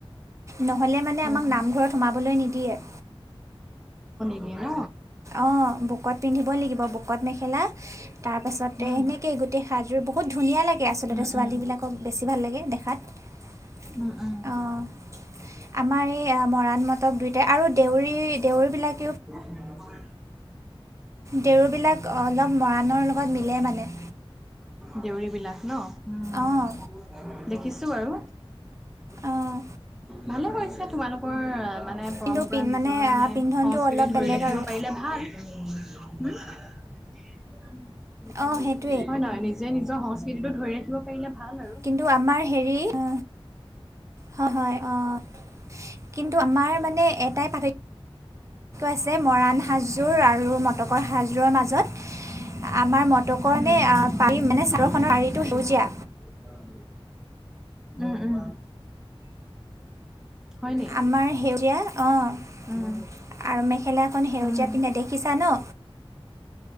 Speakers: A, on the right (about 30°); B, in the centre.
A: নহ'লে মানে
B: হয়
A: আমাক
B: হয়
A: নামঘৰত সোমাবলৈ নিদিয়ে
B: এিয় ন
A: অঁ বুকত পিন্ধিবই লাগিব বুকত মেখেলা তাৰ পাছতে
B: উম
A: সেনেকে গোটেই সাজযোৰ বহুত খুব ধুনীয়া লাগে আচলতে
B: উম
A: ছোৱালীবিলাকক
B: উম
A: বেছি ভাল লাগে দেখাত
B: উম
A: অঁ
B: উ
A: আমাৰ এই মৰাণ মতক দুয়োটাই আৰু দেউৰী দেউৰীবিলাক
B: লক্ষ্মি নছে
A: দেৰ বিলাক অলপ মৰাণৰ লগত মিলে মানে
B: দেউৰী বিলাক ন? উম
A: অঁ
B: দেখিছো। বাৰু,
A: অঁ
B: ভালে কৰি তোমালোকৰ মানে পৰম্পৰা
A: কিন্তু পিন
B: নিজৰ মানে
A: আ, পিন্ধনটো
B: সংস্কৃতি
A: অলপ
B: ধৰি
A: বেলেগ
B: ৰাখিব
A: আৰু
B: পাৰিলে ভাল। <unintelligible>
A: অ সেইটো
B: হয় নহয়? নিজে নিজৰ সংস্কৃতিটো ধৰি ৰাখিব পাৰিলে। ভাল আৰু।
A: কিন্তু আমাৰ হেৰি আ, হয় হয় অঁ কিন্তু আমাৰ মানে এটাই প আছে মৰাণ সাজযোৰ আৰু মটকৰ সাজযোৰৰ মাজত আমাৰ মটকৰ মানে
B: উম।
A: আহ, পাৰি মানে
B: <unintelligible>
A: চাদৰখনৰ পাৰিটো সেউজীয়া
B: উম, উম। হয় নি
A: আমাৰ সেউৰীয়া। অঁ।
B: উম
A: আৰু মেখেলা এখন সেউজীয়া
B: উম
A: পিন্ধে দেখিছা ন?